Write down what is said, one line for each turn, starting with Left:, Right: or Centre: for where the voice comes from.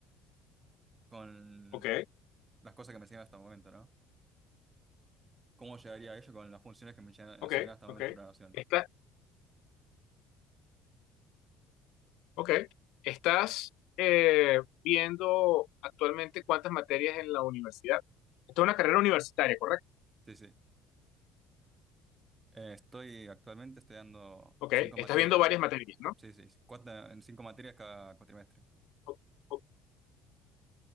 Right: con
Left: Ok,
Right: las cosas que me enseñan hasta el momento, ¿no? ¿Cómo llegaría a ello con las funciones que me enseñan
Left: ok,
Right: enseñan hasta el
Left: ok.
Right: momento en programación?
Left: Esta, Ok. ¿Estás eh, viendo actualmente cuántas materias en la universidad? Esto es una carrera universitaria, ¿correcto?
Right: Sí, sí. Eh, estoy actualmente estoy dando
Left: Ok.
Right: cinco
Left: Estás
Right: materias,
Left: viendo varias materias, ¿no?
Right: sí, sí, sí, cuatro, en cinco materias cada cuatrimestre,
Left: O- o-